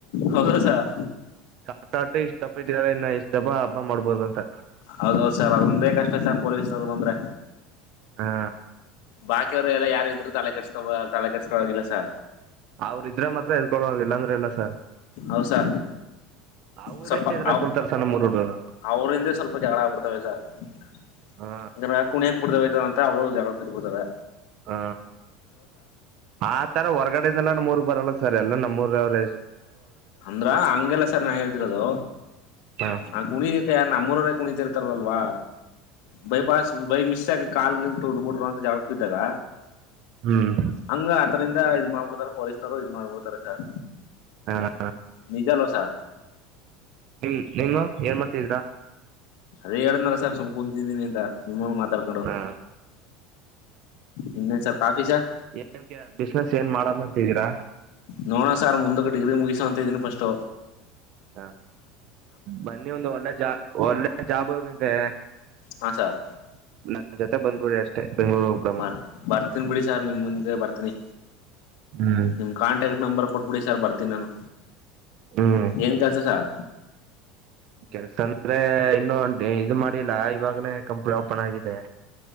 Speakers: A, on the left; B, on the right.
A: ಹೌದಾ ಸರ್
B: ಕಟಾಟ <unintelligible> ಇಷ್ಟಪ್ಪ ಇದಾರೆ ಇನ್ನು ಇಷ್ಟಪ್ಪ ಹಬ್ಬ ಮಾಡ್ಬೋದ ಅಂತ.
A: ಹೌದೌದು ಸರ್ ಅದಂದೆ ಕಷ್ಟ ಸರ್ ಪೊಲೀಸ್ನವ್ರು ಬಂದ್ರೆ.
B: ಹಾ
A: ಬಾಕಿಯವ್ರು ಎಲ್ಲ ಯಾರ ಇದ್ರು ತಲೆ ಕಟ್ಟಸ್ಕೊ ತಲೆ ಕಟ್ಟಸ್ಕೊಳದಿಲ್ಲ ಸ.
B: ಅವ್ರ ಇದ್ರೆ ಮಾತ್ರ <unintelligible> ಎದಕೊಡುವ ಇಲ್ಲಾಂದ್ರೆ ಇಲ್ಲ ಸರ್.
A: ಹೌಸಾ
B: ಅವರೇ
A: ಸ್ವಲ್ಪ
B: ಎದ್ರಾಕೊಳ್ತಾರ
A: ಅವ
B: ಸರ್ ನಮ್ಮೂರ್ ಹುಡುಗರು
A: ಅವರಿಂದೆ ಸ್ವಲ್ಪ ಜಗಳ ಆಗ್ಬಿಡ್ತವೆ ಸರ್. ಹ <unintelligible>
B: ಹಾ
A: ಕುಣಿಯಕ್ ಬಿಡದೇವತವೇ ಅಂತ ಅವ್ರು ಜಗಳಕ್ಕೆ ಬಿಡಿಬಿಡ್ತವೆ.
B: ಹ ಆ ತರ ಹೊರಗಡೆಯಿಂದಲ್ಲ ಮೂರ್ ಬರೋಲ್ಲ ಸರ್ ಎಲ್ಲ ನಮ್ಮೂರ ಅವ
A: ಅಂದ್ರ ಹಂಗೆಲ್ಲ ಸರಿ ನಾ ಹೇಳ್ತಿರೋದು
B: ಹಾ
A: ಆ ಕುಣಿಗಕ್ಕೆ ಯಾರ ನಮ್ಮೂರವರೇ ಕುಣಿತಿರ್ತಾರಲ್ವಾ ಬೈಪಾಸ್ ಬೈ ಮಿಸ್ಸಾಗ್ ಕಾಲ್ಗೆಲ್ ಗಿಲ್ ತೊಳೆಬಿಟ್ ಜಾಗಕ್ಕೆ ಇದ್ದಾಗ
B: ಹ್ಮ್
A: ಹಂಗ ಅತರಿಂದ ಇ ಇ ಮಾಡ್ಬಿಡ್ತಾರ ಫಾರಿಸ್ನರು ಇದ್ ಮಾಡ್ಬಿಡ್ತಾರ ಸರ್
B: ಹಾ
A: ನಿಜ ಅಲ್ವಾ ಸ
B: ನಿಮ ನೀನು ಏನ್ ಮಾಡ್ತಿದ್ದೀರಾ
A: ಅದೇ ಹೇಳನಾರ ಸರ್ ಸುಮ್ ಕುಂತಿದ್ದೀನಿ ಅಂತ ನಿಮ್ಮಾಗ ಮಾತಾಡ್ಕೊಂಡು
B: ಹಾ
A: ಇನ್ನೇನ್ ಸರ್ ಕಾಫಿ ಸರ್
B: ಏನ್ ಬಿಸ್ನೆಸ್ ಏನ್ ಮಾಡಬ ಅಂತಿದೀರಾ
A: ನೋಣ ಸಾರ್ ಮುಂದಕ್ಕೆ ಡಿಗ್ರಿ ಮುಗಸ ಅಂತ ಇದೀನಿ ಫಸ್ಟ್
B: ಹಾ ಬನ್ನಿ ಒಂದು ಒಳ್ಳೆ ಜಾ ಒಳ್ಳೆ ಜಾಬ್ಂತೆ
A: ಹಾ ಸರ್
B: ನ ಜೊತೆ ಬಲ್ಬೂರಿ ಅಷ್ಟೆ ಬೆಂಗಳೂರು ಉಬ್ಗಾಮ
A: ಬರ್ ಬರ್ತೀನಿ ಬಿಡಿ ಸರ್ ನಿಮ್ ಮುಂದೆ ಬರ್ತೀನಿ
B: ಹ್ಮ್
A: ನಿಮ್ ಕಾಂಟ್ಯಾಕ್ಟ್ ನಂಬರ್ ಕೊಟ್ಬಿಡಿ ಸರ್ ಬರ್ತೀನಿ ನಾನು
B: ಹ್ಮ್
A: ಏನ್ ಕೆಲ್ಸ ಸರ್
B: ಕೆಲ್ಸ ಅಂದ್ರೆ ಇನ್ನು ಇದು ಮಾಡಿಲ್ಲ ಇವಾಗನೇ ಕಂಪ್ನಿ ಓಪನ್ ಆಗಿದೆ